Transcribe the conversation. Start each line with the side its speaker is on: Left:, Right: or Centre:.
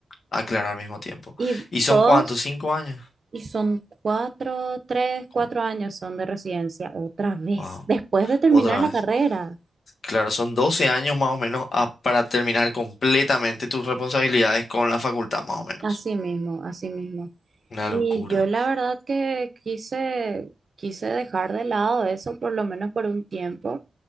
Left: Aclaro al mismo tiempo.
Right: Y ¿Cuánto?
Left: ¿Y son
Right: todos,
Left: cuántos? ¿Cinco
Right: ¿Cuántos?
Left: años?
Right: y son cuatro, tres,
Left: Cu-
Right: cuatro años son de residencia otra vez,
Left: Wow.
Right: después de terminar
Left: Otra
Right: la
Left: vez.
Right: carrera.
Left: Claro, son 12 años más o menos a- para terminar completamente tus responsabilidades con la facultad, más o menos.
Right: Así mismo, así mismo.
Left: Una
Right: Y
Left: locura.
Right: yo la verdad que quise, quise dejar de lado eso por lo menos por un tiempo,